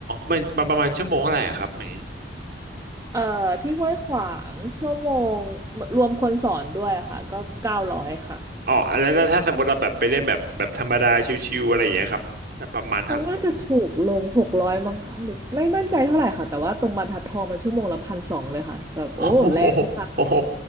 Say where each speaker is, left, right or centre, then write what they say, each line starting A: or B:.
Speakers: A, on the right (about 55°); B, on the right (about 20°).
A: มันประประมาณชั่วโมงเท่าไหร่อะครับเมย์
B: เอ่อที่ห้วยขวางชั่วโมงรวมคนสอนด้วยอะค่ะก็เก้าร้อยค่ะ
A: อ๋อแล้วแล้วถ้าสมมติเราแบบไปเล่นแบบแบบธรรมดาชิวๆอะไรอย่างเงี้ยครับประมาณเท่า
B: ก็น่าจะถูกลงหกร้อยมั้งค่ะหรือไม่มั่นใจเท่าไหร่ค่ะแต่ว่าตรงบรรทัดทองมันชั่วโมงละพันสองเลยค่ะแบบโอ้แรงมาก
A: โอ้โหโอ้โห